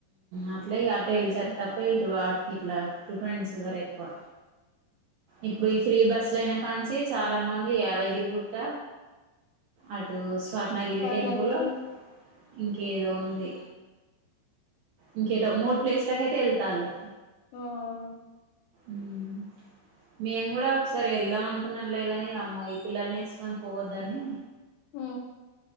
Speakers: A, on the right; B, on the left.
A: అట్లా అట్టే ఎల్సెప్ తప్ప ఇటు వాటికి ఇట్లా ప్రిఫరెన్స్ ఇవ్వరు ఎక్కువ ఇప్పుడు ఈ ఫ్రీ బస్సుల అయినా కాంచి చాలా మంది యాదగిరి గు గుట్ట అటు స్వర్ణగిరి
B: రత్నగిరి
A: టెంపుల్ ఇంకేదో ఉంది ఇంకేటో మూడు ప్లేస్లకయితే వెళ్తాళ్ళు
B: ఆ అవును
A: మ్మ్ మేము కూడా ఒకసారి వెళ్దాం అనుకున్నాలేగాని అమ్మో ఈ పిల్లల్ని వేసుకొని పోవద్దని
B: ఆ